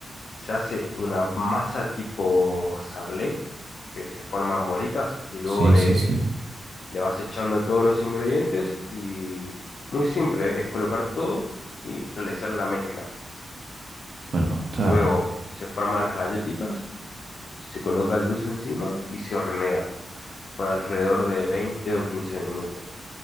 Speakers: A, on the left; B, on the right.
A: se hace una masa tipo sablé, que se forman bolitas y luego
B: sí,
A: le,
B: sí, sí.
A: le vas echando todos los ingredientes y muy simple, es colocar todo y realizar la mezcla.
B: Bueno, está...
A: Luego se forman las galletitas, se coloca el dulce encima y se hornea por alrededor de 20 o 15 minutos.